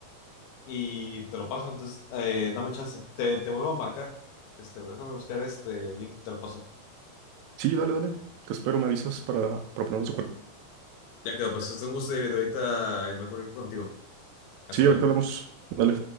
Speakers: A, on the left; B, on the right.
A: y te lo paso. Entonces, eh, dame chance. Te, te vuelvo a marcar. Este, déjame buscar este link y te lo paso.
B: Sí, dale, dale. Te espero, me avisas para, para ponernos de acuerdo.
A: Ya quedó, pues es un gusto, David. Ahorita me comunico contigo. Hasta
B: Sí,
A: luego.
B: ahorita hablamos. Dale.